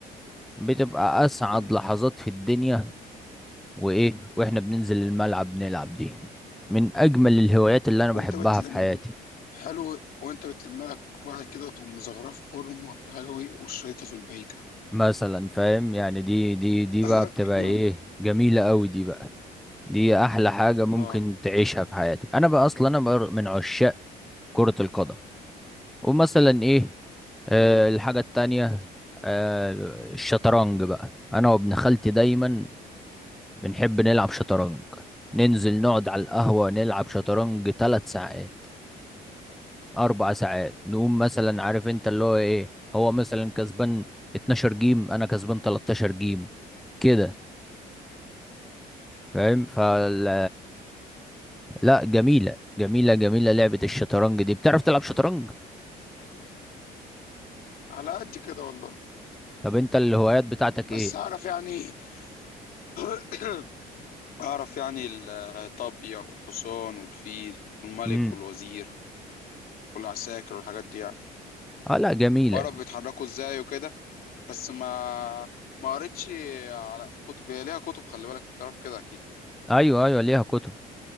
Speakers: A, in the centre; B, on the left.
A: بتبقى اسعد
B: حلو
A: لحظات في الدنيا وايه واحنا بننزل الملعب نلعب دي من اجمل الهوايات اللي انا
B: وانت
A: بحبها
B: بتلم
A: في حياتي
B: حلو وانت بتلم لك واحد كده وتقوم مزغرفه خرم ولا حاجه وإيه، وشريطها في البعيده
A: مثلا فاهم يعني دي دي دي
B: <coughs>
A: بقى بتبقى ايه جميلة قوي دي بقى دي احلى حاجة ممكن
B: اه
A: تعيشها في حياتك انا بقى اصلا انا بقى من عشاق كرة القدم ومثلا ايه آه
B: أمم،
A: الحاجة التانية آه الشطرنج بقى انا وابن خالتي دايما بنحب نلعب شطرنج ننزل نقعد على القهوة نلعب شطرنج ثلاث ساعات اربع ساعات نقوم مثلا عارف انت اللي هو ايه هو مثلا كسبان 12 جيم انا كسبان 13 جيم كده فاهم فال لا جميلة جميلة جميلة لعبة الشطرنج دي بتعرف تلعب شطرنج
B: على قد كده والله
A: طب انت الهوايات بتاعتك
B: بس
A: ايه
B: اعرف يعني <coughs> اعرف يعني الطابيه والحصان والفيل والملك
A: امم
B: والوزير والعساكر والحاجات دي يعني
A: اه لا جميلة
B: واعرف بيتحركوا ازاي وكده بس ما ما قريتش على في كتب هي ليها كتب خلي بالك انت عارف كده اكيد
A: ايوه ايوه ليها كتب